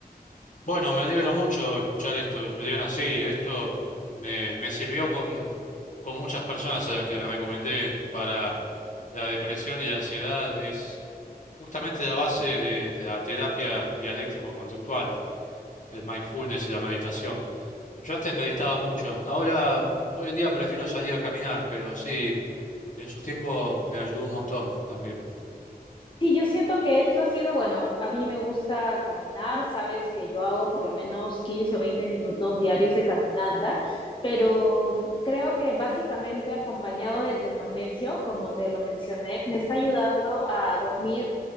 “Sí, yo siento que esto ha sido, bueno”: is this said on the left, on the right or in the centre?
Left